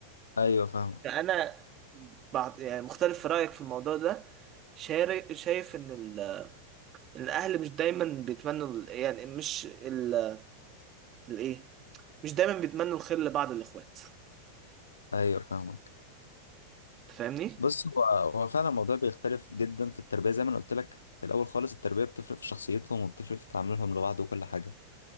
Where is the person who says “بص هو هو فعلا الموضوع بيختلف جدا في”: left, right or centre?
Left